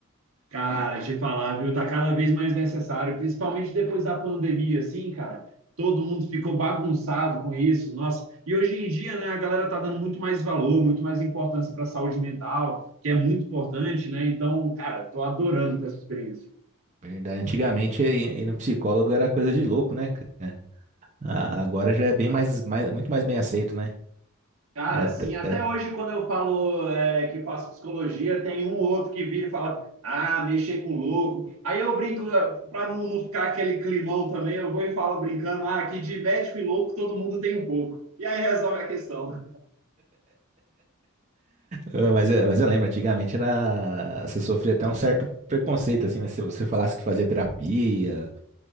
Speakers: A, on the right; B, on the right.
A: Cara, de falar, viu? Tá cada vez mais necessário, principalmente depois da pandemia, assim, cara. Todo mundo ficou bagunçado com isso, nossa. E hoje em dia, né, a galera tá dando muito mais valor, muito mais importância para a saúde mental, que é muito importante, né? Então, cara, tô adorando ter essa experiência.
B: Verdade. Antigamente, ir ir no psicólogo era coisa de louco, né, cara? A- Agora já é bem mais, mais, muito mais bem aceito, né?
A: Cara,
B: É,
A: assim,
B: até-
A: até
B: é-
A: hoje, quando eu falo é, que faço psicologia, tem um ou outro que vira e fala, ah, mexer com louco. Aí eu brinco, para não, não ficar aquele climão também, eu vou e falo brincando, ah, que de médico e louco todo mundo tem um pouco. E aí resolve a questão.
B: Ah, mas, é- mas eu lembro, antigamente era, você sofria até um certo preconceito, assim, né? Se você falasse que fazia terapia,